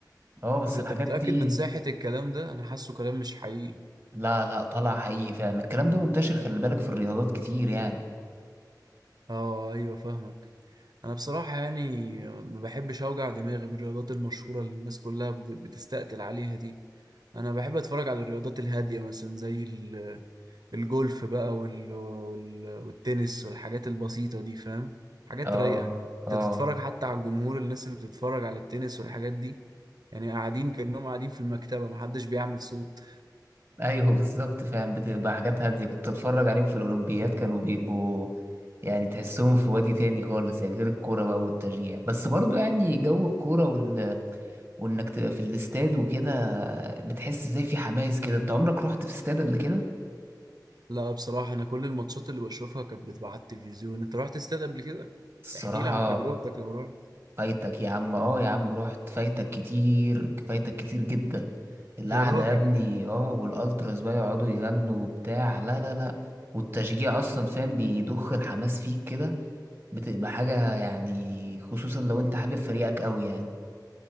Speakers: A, on the right (about 30°); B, on the right (about 65°).
A: اه بس
B: بس أنت
A: الحاجات
B: متأكد
A: دي
B: من صحة الكلام ده أنا حاسه كلام مش حقيقي
A: لا لا طلع حقيقي فعلا الكلام ده منتشر خلي بالك في الرياضات كتير يعني
B: آه أيوة فاهمك أنا بصراحة يعني ما بحبش أوجع دماغي بالرياضات المشهورة اللي الناس كلها بت- بتستقتل عليها دي أنا بحب أتفرج على الرياضات الهادية مثلا زي الجولف بقى وال... وال... والتنس والحاجات البسيطة دي فاهم حاجات
A: اه
B: رايقة
A: اه
B: انت تتفرج حتى على الجمهور الناس اللي بتتفرج على التنس والحاجات دي يعني قاعدين كأنهم قاعدين في المكتبة محدش بيعمل صوت
A: ايوه <laughs> بالظبط فعلا بتبقى حاجات هادية كنت اتفرج عليهم في الاولمبياد كانوا بيبقوا يعني تحسهم في وادي تاني خالص يعني غير الكورة بقى والتشجيع بس برضو يعني جو الكورة وال... وانك تبقى في الاستاد وكده بتحس زي في حماس كده انت عمرك رحت في استاد قبل كده
B: لا بصراحة أنا كل الماتشات اللي بشوفها كانت بتبقى على التلفزيون أنت رحت استاد قبل كده؟
A: الصراحة
B: احكي لي عن تجربتك لو رحت
A: فايتك يا عم اه يا عم رحت فايتك كتير فايتك كتير جدا القعدة
B: يا راجل
A: يا ابني اه والالتراس بقى يقعدوا يغنوا وبتاع لا لا لا والتشجيع اصلا فاهم بيضخ الحماس فيك كده بتبقى حاجة يعني خصوصا لو انت حابب فريقك قوي يعني